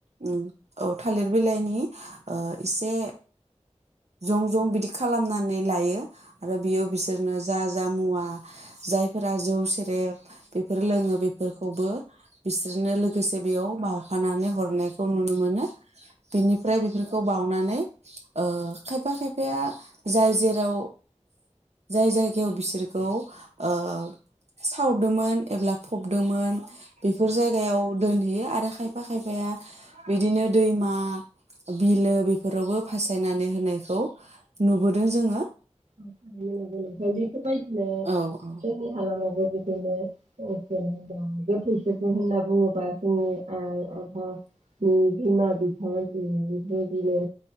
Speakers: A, on the right (about 65°); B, on the right (about 90°).
A: उम औ थालिर बिलाइनि <inaudible> ओ इसे जं जं बिदि खालामनानै लायो। आरो बेयाव बिसोरनो जा जा मुवा जायफोरा जौ सेरे बेफोर लोङो बेफोरखौबो बिसोर नो लोगोसे बेयाव बा नानै हरनायखौ नुनो मोनो बिनिफ्राय बेफोरखौ बावनानै ओ खायफा खायफाया जाय जेराव जाय जायगायाव बिसोरखौ ओ सावदोंमोन एब्ला फबदोंमोन बेफोर जायग औ दोनहैयो आरो खायफा खायफाया बिदिनो दैमा बिलो बेफोरावबो फासायनानै होनायखौ नुबोदों जोङो।
B: <unintelligible> बेफोरबायदिनो
A: औ औ
B: जोंनि हालामाव बेबायदिनो <unintelligible> जेनेबा गोथैसो जों होनना बुङोबा जोंनि आइ आफानि बिमा बिफाबायदिनो